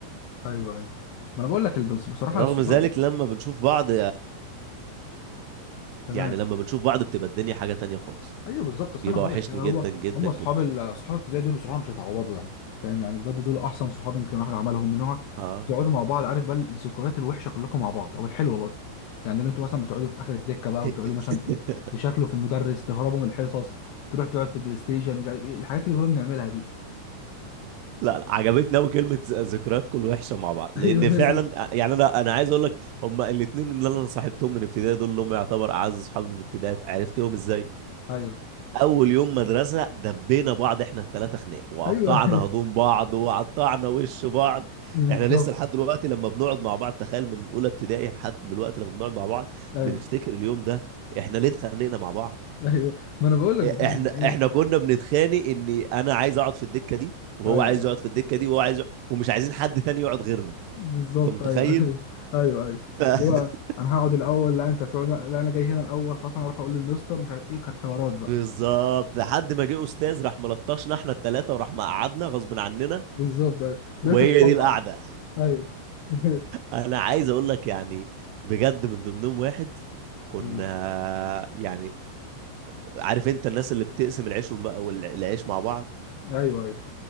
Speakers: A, on the left; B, on the right.
A: ايوه ايوه ما انا
B: بعض
A: بقول لك البس- بصراحه
B: رغم
A: الصحاب
B: ذلك لما بنشوف بعض
A: تمام
B: يعني لما بنشوف بعض بتبقى الدنيا حاجة تانية خالص
A: ايوه بالظبط اصل
B: بيبقى
A: انا هقول
B: وحشني
A: لك كده
B: جدا
A: هو
B: جدا
A: هم
B: جدا
A: صحاب ال- صحاب الابتدائي دول بصراحه مش هيتعوضوا يعني فاهم يعني بجد دول احسن صحاب يمكن الواحد عملهم من هو
B: اه
A: بتقعدوا مع بعض عارف بقى الذكريات الوحشه كلكم مع بعض او الحلوه برضه يعني لو انتوا مثلا بتقعدوا في اخر الدكه بقى
B: <laughs>
A: وتقعدوا مثلا ت- تشكلوا في المدرس تهربوا من الحصص تروح تقعد في البلاي ستيشن مش عارف ايه الحاجات اللي كنا بنعملها دي
B: لا لا عجبتني قوي كلمه ز- ذكرياتكم الوحشه مع بعض
A: <laughs>
B: لان
A: ايوه
B: فعلا يعني انا انا عايز اقول لك هما الاثنين اللي انا صاحبتهم من ابتدائي دول اللي هم يعتبر اعز اصحابي من ابتدائي عرفتهم ازاي
A: ايوه
B: اول يوم مدرسه دبينا بعض احنا الثلاثه خناق وقطعنا
A: ايوه <laughs>
B: هدوم بعض وقطعنا وش بعض
A: بالظبط
B: احنا لسه لحد دلوقتي لما بنقعد مع بعض تخيل من اولى ابتدائي لحد دلوقتي لما بنقعد مع بعض
A: ايوه
B: بنفتكر اليوم ده احنا ليه اتخانقنا مع بعض
A: ايوه ايوه ما انا بقول لك بجد
B: احنا
A: ان هي
B: احنا كنا بنتخانق ان انا عايز اقعد في الدكه دي وهو
A: ايوه
B: عايز يقعد في الدكه دي وهو عايز يقعد ومش عايزين حد تاني يقعد غيرنا
A: بالظبط
B: انت متخيل
A: ايوه <laughs> ايوه ايوه
B: ف... <laughs>
A: اللي هو انا هقعد الاول لا انت تقعد لا انا جاي هنا الاول خلاص انا اروح اقول للمستر مش عارف ايه كانت حوارات بقى
B: بالظبط لحد ما جه استاذ راح ملطشنا احنا الثلاثه وراح مقعدنا غصب عننا
A: بالظبط ايوه بقيت
B: وهي
A: اصحاب
B: دي القعده
A: بقى ايوه <laughs>
B: انا عايز اقول لك يعني بجد من ضمنهم واحد كنا
A: أمم.
B: يعني عارف انت الناس اللي بتقسم العيش والم... والعيش مع بعض
A: ايوه ايوه